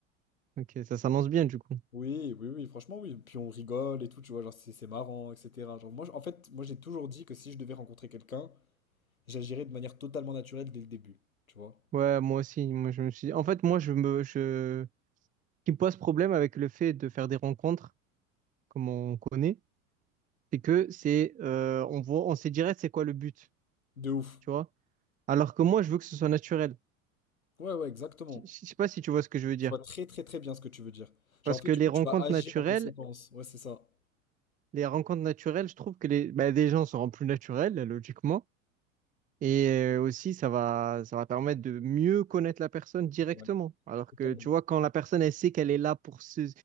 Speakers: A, on the right (about 20°); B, on the left (about 85°).
A: Ok, ça s'annonce bien du coup.
B: Oui, oui, oui, franchement, oui. Puis on rigole et tout, tu vois, genre, c'est c'est marrant, etc. Genre, moi, je- en fait, moi, j'ai toujours dit que si je devais rencontrer quelqu'un, j'agirais de manière totalement naturelle dès le début, tu vois.
A: Ouais, moi aussi. Moi, je me suis... En fait, moi, je me... Je... Ce qui me pose problème avec le fait de faire des rencontres, comme on connaît, c'est que c'est... euh, on voit... on sait direct c'est quoi le but,
B: De ouf.
A: tu vois? Alors que moi, je veux que ce soit naturel.
B: Ouais, ouais, exactement.
A: Je je- sais pas si tu vois ce que je veux dire.
B: Je vois très, très, très bien ce que tu veux dire.
A: Parce
B: Genre, en fait,
A: que
B: du
A: les
B: coup,
A: rencontres
B: tu vas agir
A: naturelles,
B: en conséquence. Ouais, c'est ça.
A: les rencontres naturelles, je trouve que les, bah, des gens seront plus naturels, logiquement. Et euh, aussi, ça va, ça va permettre de mieux connaître la personne directement.
B: Ouais,
A: Alors
B: totalement.
A: que, tu vois, quand la personne, elle sait qu'elle est là pour ce,